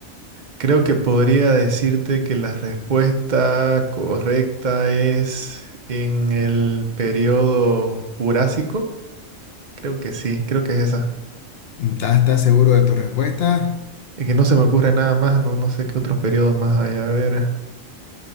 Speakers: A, on the right; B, on the left.
A: Creo que podría decirte que la respuesta correcta es en el periodo Jurásico. Creo que sí, creo que es esa.
B: ¿Estás, estás seguro de tu respuesta?
A: Y que no se me ocurre nada más, no, no sé qué otros periodos más hay. A ver,